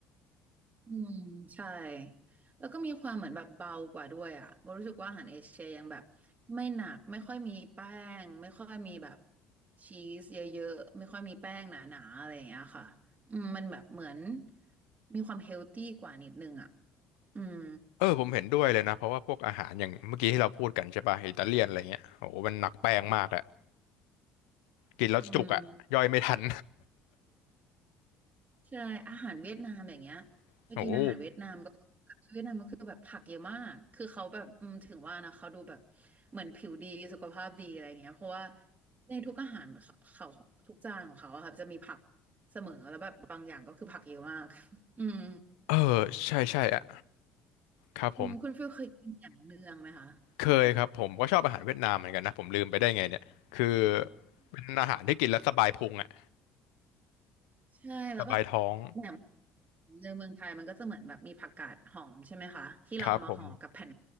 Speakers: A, on the right; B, on the left.
A: อืมใช่แล้วก็มีความเหมือนแบบเบากว่าด้วยอ่ะโบรู้สึกว่าอาหารเอเชียยังแบบไม่หนักไม่ค่อยมีแป้งไม่ค่อยมีแบบชีสเยอะๆไม่ค่อยมีแป้งหนาๆอะไรอย่างเงี้ยค่ะอืมมันแบบเหมือนมีความเฮลตี้กว่านิดนึงอ่ะอืม
B: เออผมเห็นด้วยเลยนะเพราะว่าพวกอาหารอย่างเมื่อกี้ที่เราพูดกันใช่ป่ะอิตาเลียนอะไรเงี้ยโอ้โหมันหนักแป้งมากอะกินแล้วจุกอะย่อยไม่ทัน
A: อืม ใช่อาหารเวียดนามอย่างเงี้ย
B: <laughs>
A: ไปกินอาหารเวียดนามก็แบบเวียดนามก็คือแบบผักเยอะมากคือเขาแบบอืมถึงว่านะเขาดูแบบ
B: โอ้โห
A: เหมือนผิวดีสุขภาพดีอะไรเงี้ยเพราะว่าในทุกอาหารเขาเขาทุกจานของเขาอะครับจะมีผักเสมอแล้วแบบบางอย่างก็คือผักเยอะมาก <laughs> อืม
B: เออใช่ใช่อะครับผม
A: อืมคุณฟิลเคยกินแหนมเนืองไหมคะ
B: เคยครับผมก็ชอบอาหารเวียดนามเหมือนกันนะผมลืมไปได้ไงเนี่ยคือเป็นอาหารที่กินแล้วสบายพุงอะ
A: ใช่แล้วแบบ
B: สบายท้อง
A: เนี่ยในเมืองไทยมันก็จะเหมือนแบบมีผักกาดหอมใช่ไหมคะที่เรามาห่อกับแผ่น
B: ครับผม